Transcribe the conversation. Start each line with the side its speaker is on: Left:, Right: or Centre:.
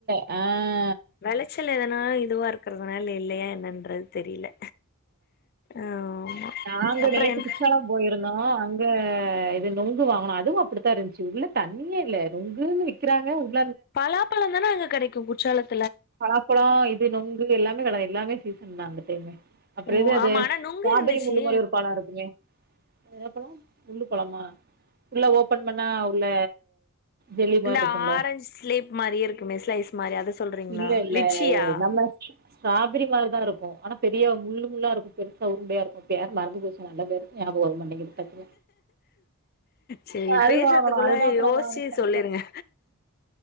Right: ஆஹ்
Left: வெளைச்சல் எதனா இது இதுவா இருக்கிறதுனால இல்லையா என்னன்றது தெரியல ஆமா
Right: நாங்க
Left: அப்புற
Right: நேத்து
Left: என்
Right: குற்றாலம் போயிருந்தோம் அங்க இது நுங்கு வாங்கணும் அதுவும் அப்படித்தான் இருந்துச்சு உள்ள தண்ணியே இல்ல நுங்குன்னு விக்கிறாங்க உங்க
Left: பலா பழம் தானே அங்க கெடைக்கும் சலக்
Right: பலாப்பழம் இது நுங்கு எல்லாமே கட எல்லாமே சீசன் தான் அந்த டைமே அப்புறம்
Left: ஓ
Right: எது அது
Left: ஆமா ஆனா நுங்கு
Right: ஸ்ட்ராபெரி
Left: இருந்துச்சு
Right: முள்ளு மாரி ஒரு பழம் இருக்குமே ன்னா பழம் நுங்கு பழமா உள்ள ஓபன் பண்ணா உள்ள ஜெல்லி
Left: இந்த
Right: மாரி இருக்குல்ல
Left: ஆரஞ்ச் ஸ்லேப் மாரி இருக்குமே ஸ்லைஸ் மாரி அத சொல்றீங்களா
Right: இல்ல இல்ல
Left: லிச்சியா
Right: நம்ம ஸ்ட்ராபெரி மார்தான் இருக்கும் ஆனா பெரிய முள்ளு முள்ளா இருக்கும் பெருசா உருண்டையா இருக்கும் பேரு மறந்து போச்சு நல்ல பேரு ஞாபகம் வர மாட்டேங்குது டக்குனு
Left: சரி
Right: அது
Left: பேசுறதுக்குள்ள
Right: வாங்கனு அதுதான் அப்புறம்
Left: யோசிச்சு
Right: செரி
Left: சொல்லிருங்க